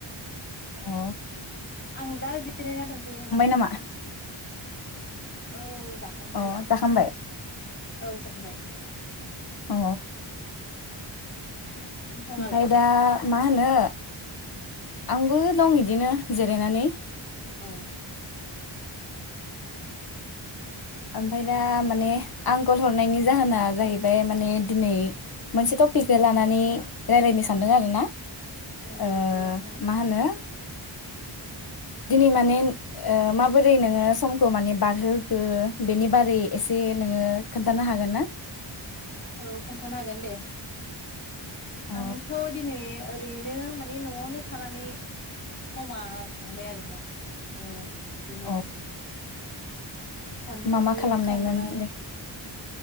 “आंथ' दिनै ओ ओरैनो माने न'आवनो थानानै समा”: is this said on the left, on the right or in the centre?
Left